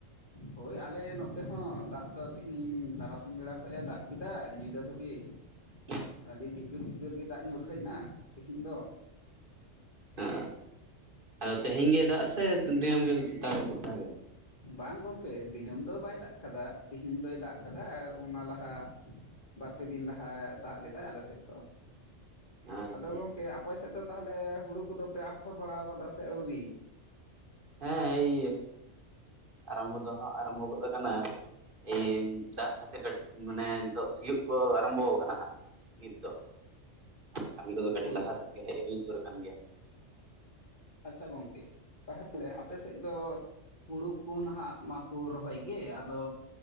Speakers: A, on the left; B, on the right.
A: ᱦᱳᱭ ᱟᱞᱮ ᱱᱚᱛᱮ ᱦᱚᱸ ᱫᱟᱜ ᱫᱚ ᱛᱤᱦᱤᱧ ᱛᱟᱨᱟᱥᱤᱧ ᱵᱮᱲᱟ ᱠᱷᱚᱡ ᱮ ᱫᱟᱜ ᱠᱮᱫᱟ ᱧᱤᱫᱟᱹ ᱫᱷᱟᱹᱵᱤᱡ ᱾
B: <inaudible>
A: ᱟᱹᱰᱤ ᱡᱷᱤᱯᱤᱨ-ᱡᱷᱤᱯᱤᱨ ᱜᱮ ᱫᱟᱜ ᱧᱩᱨ ᱦᱩᱭᱱᱟ ᱛᱮᱦᱮᱧ ᱫᱚ ᱾
B: ᱟ ᱟᱫᱚ ᱛᱮᱦᱮᱧ ᱜᱮ ᱫᱟᱜ ᱥᱮ ᱫᱤᱱᱟᱹᱢ ᱜᱮ ᱫᱟᱜ ᱫᱟᱜᱮ ᱫᱟᱭ?
A: ᱵᱟᱝ ᱜᱚᱢᱠᱮ, ᱫᱤᱱᱟᱹᱢ ᱫᱚ ᱵᱟᱭ ᱫᱟᱜ ᱠᱟᱫᱟ ᱛᱮᱦᱤᱧ ᱫᱚᱭ ᱫᱟᱜ ᱟᱠᱟᱫᱟ ᱟᱨ ᱚᱱᱟ ᱞᱟᱦᱟ ᱵᱟᱨ ᱯᱮ ᱫᱤᱱ ᱞᱟᱦᱟ ᱫᱟᱜ ᱞᱮᱫᱟᱭ ᱟᱞ ᱥᱮᱫ ᱫᱚ ᱾
B: ᱟᱪᱪᱷᱟ
A: ᱟᱫᱚ ᱜᱚᱝᱠᱮ
B: ᱟᱪᱪᱷᱟ ᱟᱪᱪᱷᱟ
A: ᱟᱯᱮ ᱥᱮᱫ ᱫᱚ ᱛᱟᱦᱚᱞᱮ ᱦᱩᱲᱩ ᱠᱚᱫᱚ ᱯᱮ ᱟᱯᱷᱚᱨ ᱵᱟᱲᱟᱣ ᱠᱟᱫᱟ ᱥᱮ ᱟᱹᱣᱨᱤ?
B: ᱦᱮᱸ ᱮᱭ, ᱟᱨᱟᱢᱵᱷᱚ ᱫᱚ ᱦᱟᱸᱜ ᱟᱨᱟᱢᱵᱷᱚ ᱜᱚᱫ ᱠᱟᱱᱟ ᱾ ᱮᱢ ᱫᱟᱜ ᱠᱷᱟᱹᱛᱤᱨ ᱠᱟᱹᱴᱤᱡ ᱢᱟᱱᱮ ᱱᱤᱛᱚᱜ ᱥᱤᱭᱩᱜ ᱠᱚ ᱟᱨᱟᱢᱵᱷᱚ ᱟᱠᱟᱱᱟ ᱦᱟᱸᱜ, ᱱᱤᱛ ᱫᱚ ᱠᱟᱹᱢᱤ ᱠᱚᱫᱚ ᱠᱟᱹᱴᱤᱡ
A: ᱦᱳᱭ
B: ᱞᱟᱦᱟ
A: ᱜᱚᱝᱠᱮ
B: ᱥᱮᱫ ᱜᱮ ᱦᱮᱡ ᱦᱩᱭ ᱩᱛᱟᱹᱨ ᱟᱠᱟᱱ ᱜᱮᱭᱟ ᱾
A: ᱟᱪᱪᱷᱟ ᱜᱚᱝᱠᱮ, ᱛᱟᱦᱚᱞᱮ ᱟᱯᱮ ᱥᱮᱫ ᱫᱚ ᱦᱩᱲᱩ ᱠᱚ ᱱᱟᱦᱟᱜ ᱢᱟᱠᱚ ᱨᱚᱦᱚᱭ ᱜᱮ ᱟᱫᱚ